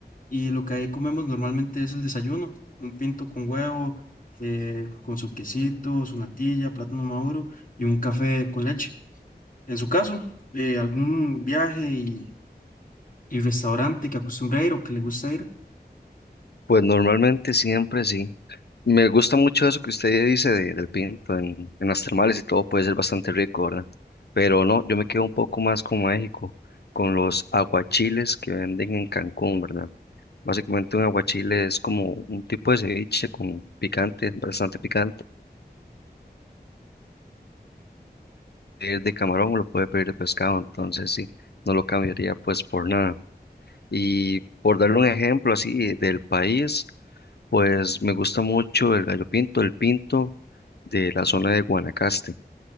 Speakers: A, on the left; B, on the left.
A: y lo que ahí comemos normalmente es el desayuno, un pinto con huevo, eh, con su quesito, su natilla, plátano maduro y un café con leche. En su caso, eh, algún viaje y, y restaurante que acostumbra ir o que le gusta ir.
B: Pues normalmente siempre sí. Me gusta mucho eso que usted dice de- del pinto en, en las termales y todo, puede ser bastante rico, ¿verdad? Pero no, yo me quedo un poco más con México, con los aguachiles que venden en Cancún, ¿verdad? Básicamente un aguachile es como un tipo de ceviche con picante, bastante picante. Es de camarón o lo puede pedir de pescado, entonces sí, no lo cambiaría pues por nada. Y por darle un ejemplo así del país, pues me gusta mucho el gallo pinto, el pinto de la zona de Guanacaste,